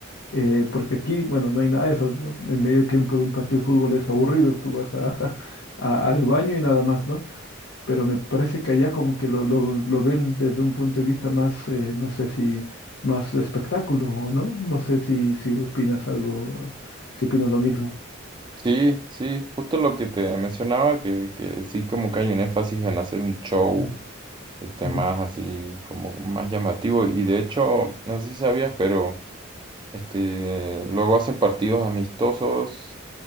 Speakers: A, on the left; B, on the right.
A: eh, porque aquí, bueno, no hay nada de eso. ¿no? En medio tiempo de un partido de fútbol es aburrido. Tú vas a- <laughs> a- al baño y nada más, ¿no? pero me parece que allá como que lo, lo, lo ven desde un punto de vista más, eh, no sé si más de espectáculo o no, no sé si, si opinas algo, si opinas lo mismo.
B: Sí, sí, justo lo que te mencionaba, que, que sí como que hay un énfasis en hacer un show,
A: Mm,
B: este,
A: ujú.
B: más así, como más llamativo. Y de hecho, no sé si sabías, pero este, luego hacen partidos amistosos